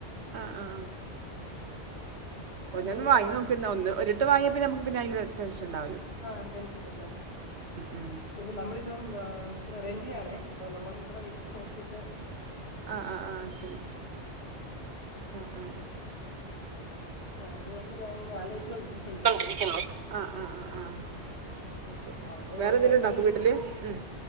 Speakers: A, on the right; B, on the left.
A: ആ ആ ആ
B: അത്
A: ഒന്ന്
B: നല്ലതാന്നൊക്കെ
A: വാങ്ങി നോക്കുന്നോ. ഒരിട്ട് വാങ്ങിയാ പിന്നെ നമുക്ക് അതിന്റെ ടെൻഷൻണ്ടാ
B: ആ ടെൻഷൻ ഇല്ല.
A: ഉം
B: പിന്നെ നമ്മളിപ്പം റെന്റിനാണേ. അപ്പൊ നമ്മൾ ഇവിടെ വെച്ച് നോക്കിട്ട്
A: ആ ആ ആ ശരി ആ ആ
B: ആ അതുകൊണ്ട് ഞാൻ ഇങ്ങനെ ആലോചിച്ചു കൊണ്ടിരിക്കുന്നു.
A: കൊണ്ടിരിക്കുന്നു ആ ആ ആ ആ ശരി
B: അത്
A: വേറെ
B: ഞാൻ
A: എന്തെങ്കിലും
B: ചേട്ടനോട്
A: ഉണ്ടാക്കും
B: ചോദിച്ചപ്പം
A: വീട്ടില് ഉം.